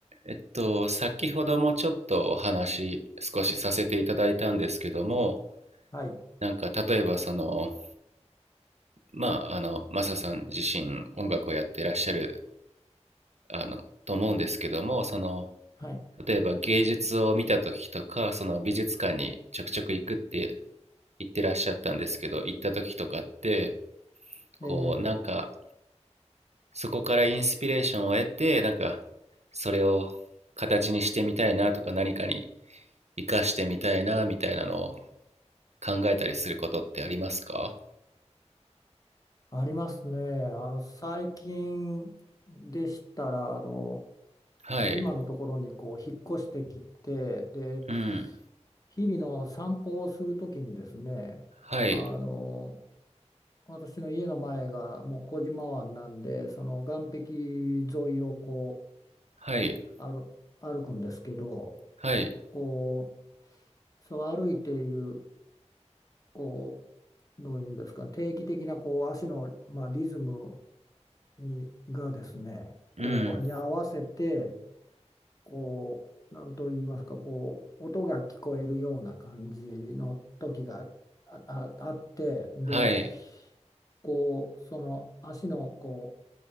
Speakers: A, on the right; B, on the left.
A: えっと、先ほどもちょっとお話少しさせていただいたんですけども、
B: はい、
A: なんか例えばその、まあ、あの、マサさん自身音楽をやってらっしゃる、あの、と思うんですけども、その、
B: はい、
A: 例えば芸術を見た時とか、その美術館にちょくちょく行くって言ってらっしゃったんですけど、行った時とかって、こう、
B: ええ
A: なんかそこからインスピレーションを得て、なんかそれを形にしてみたいなとか何かに活かしてみたいなみたいなのを考えたりすることってありますか
B: ありますね。あの、最近でしたら、あの、
A: はい、
B: 今のところにこう、引っ越してきて、で、
A: うん、
B: 日々の散歩をするときにですね、
A: はい、
B: あの、私の家の前がもう小島湾なんで、その岸壁沿いをこ
A: はい、
B: う、歩、歩くんですけど、
A: はい、
B: こう、そう歩いている、こう、どういうんですか、定期的なこう足の、まあ、リズムにがですね、
A: うん、
B: こうに合わせてこう何と言いますか、こう音が聞こえるような感じの時があ、あ、あってで
A: はい、
B: こうその足のこ